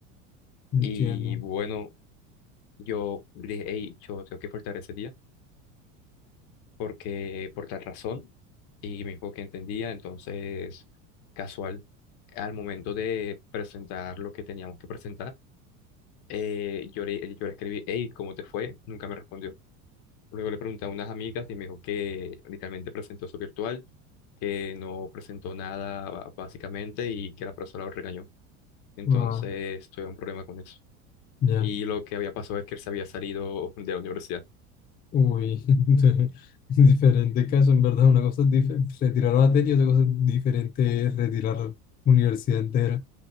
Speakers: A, on the left; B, on the left.
A: Entiendo.
B: Y bueno, yo le dije, hey, yo tengo que faltar ese día porque por tal razón y mismo que entendía, entonces casual, al momento de presentar lo que teníamos que presentar, eh, yo, le, yo le escribí, hey, ¿cómo te fue? Nunca me respondió. Luego le pregunté a unas amigas y me dijo que literalmente presentó su virtual, que no presentó nada básicamente y que la profesora lo regañó. Entonces
A: Ah,
B: tuve un problema con eso.
A: ya.
B: Y lo que había pasado es que él se había salido de la universidad.
A: Uy, <laughs> diferente caso, en verdad. Una cosa es dife- retirar materia, otra cosa es diferente es retirar universidad entera.